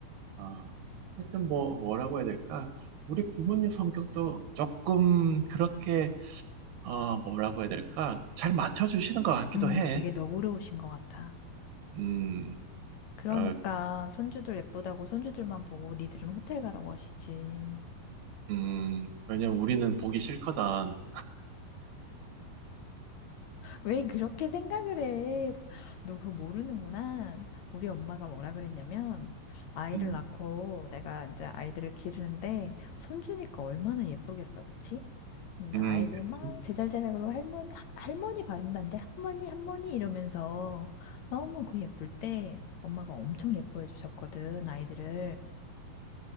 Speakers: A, on the right; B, on the left.
A: 아. 하여튼 뭐 뭐라고 해야 될까? 우리 부모님 성격도 쪼끔 그렇게 어, 뭐라고 해야 될까? 잘 맞춰주시는 것 같기도
B: 음,
A: 해.
B: 되게 너그러우신 것 같아.
A: 음,
B: 그러니까
A: 어,
B: 손주들 예쁘다고 손주들만 보고 니들은 호텔 가라고 하시지.
A: 음, 왜냐면 우리는 보기 싫거든.
B: 왜 그렇게 생각을 해? 부- 너 그거 모르는구나. 우리 엄마가 뭐라 그랬냐면, 아이를
A: 음,
B: 낳고 내가 이제 아이들을 기르는데, 손주니까 얼마나 예쁘겠어, 그치? 근데
A: 음,
B: 아이들
A: 그치?
B: 막 제잘제잘하고 할머니, 하- 할머니 발음단데, 할머니, 할머니 이러면서 너무 그 예쁠 때 엄마가 엄청 예뻐해 주셨거든, 아이들을.